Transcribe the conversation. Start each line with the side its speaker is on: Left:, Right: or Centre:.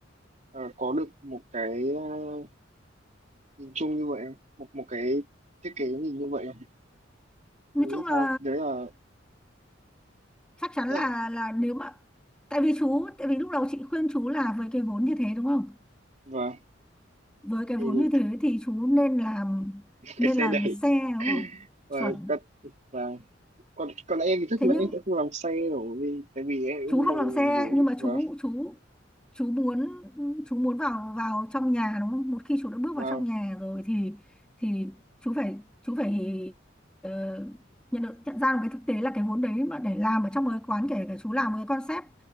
Right: ờ, có được một cái ờ, nhìn chung như vậy không? Một một cái thiết kế nhìn như vậy không?
Centre: nói
Right: Em nghĩ
Centre: chung là
Right: sao? Đấy là,
Centre: chắc chắn
Right: tức
Centre: là
Right: là
Centre: là nếu mà tại vì chú tại vì lúc đầu chị khuyên chú là với cái vốn như thế đúng không
Right: và
Centre: với cái
Right: thì
Centre: vốn như thế thì chú nên làm nên
Right: cái xe
Centre: làm
Right: đẩy
Centre: xe đúng không
Right: và
Centre: chuẩn
Right: các và còn còn em thì chắc
Centre: thế
Right: là
Centre: nhưng
Right: em sẽ không làm xe rồi vì tại vì em cũng
Centre: chú
Right: huy
Centre: không
Right: động
Centre: làm
Right: được nguồn
Centre: xe
Right: vốn
Centre: nhưng mà
Right: và
Centre: chú chú chú muốn chú muốn vào vào trong nhà đúng không một khi chú đã bước
Right: và
Centre: vào trong nhà rồi thì thì chú phải chú phải ờ, nhận được nhận ra được cái thực tế là cái vốn đấy mà để làm ở trong một cái quán kể cả chú làm một cái concept